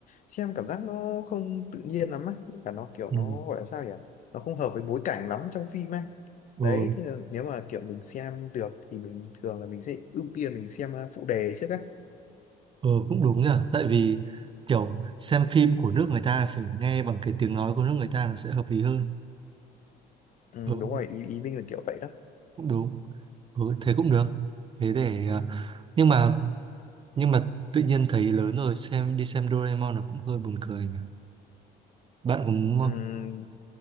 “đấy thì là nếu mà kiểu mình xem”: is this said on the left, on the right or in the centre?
Left